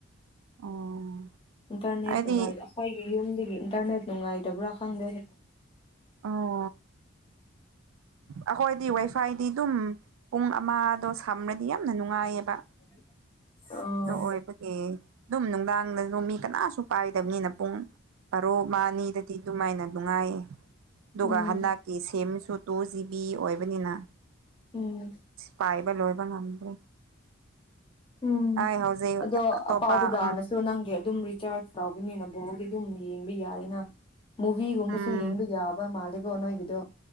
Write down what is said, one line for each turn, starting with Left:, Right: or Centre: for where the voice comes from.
Right: ꯑꯣ
Left: ꯏꯟꯇꯔꯅꯦꯠ
Right: ꯑꯩꯗꯤ
Left: ꯅꯨꯡꯉꯥꯏ ꯑꯈꯣꯏꯒꯤ ꯌꯨꯝꯗꯒꯤ ꯏꯟꯇꯔꯅꯦꯠ ꯅꯨꯡꯉꯥꯏꯇꯕ꯭ꯔꯥ ꯈꯪꯗꯦꯍꯦ
Right: ꯑꯣ ꯑꯩꯈꯣꯏꯗꯤ ꯋꯥꯏꯐꯥꯏꯗꯤ ꯑꯗꯨꯝ ꯄꯨꯡ ꯑꯃꯗꯣ ꯁꯝꯔꯗꯤ ꯌꯥꯝꯅ ꯅꯨꯡꯉꯥꯏꯌꯦꯕ
Left: <inaudible> ꯎꯝ
Right: ꯗꯨ ꯑꯣꯏꯕꯒꯤ ꯗꯨꯝ ꯅꯨꯡꯗꯥꯡꯗꯁꯨ ꯃꯤ ꯀꯅꯥꯁꯨ ꯄꯥꯏꯗꯕꯅꯤꯅ ꯄꯨꯡ ꯑꯔꯣ ꯃꯥꯅꯤꯗꯗꯤ ꯑꯗꯨꯃꯥꯏꯅ ꯅꯨꯡꯉꯥꯏꯌꯦ
Left: ꯎꯝ
Right: ꯑꯗꯨꯒ ꯍꯟꯗꯛꯀꯤ ꯁꯦꯝꯁꯨ ꯇꯨ ꯖꯤꯕꯤ ꯑꯣꯏꯕꯅꯤꯅ
Left: ꯎꯝ
Right: ꯄꯥꯏꯕ ꯂꯣꯏꯕ ꯉꯝꯗ꯭ꯔꯦ
Left: ꯎꯝ
Right: ꯑꯩ ꯍꯧꯖꯤꯛ
Left: ꯑꯗꯣ
Right: ꯑꯇꯣꯞꯄ
Left: ꯑꯄꯥꯎꯗꯨꯗꯥꯅꯁꯨ
Right: ꯎꯝ
Left: <unintelligible> ꯅꯪꯒꯤ ꯑꯗꯨꯝ ꯆꯥꯔꯖ ꯇꯥꯎꯕꯅꯤꯅ ꯕꯣꯜꯗꯤ ꯑꯗꯨꯝ ꯌꯦꯡꯕ ꯌꯥꯏꯌꯦꯅ ꯃꯨꯚꯤꯒꯨꯝꯕꯁꯨ
Right: ꯎꯝ
Left: ꯌꯦꯡꯕ ꯌꯥꯕ ꯃꯥꯜꯂꯦꯀꯣ ꯅꯣꯏꯒꯤꯗꯣ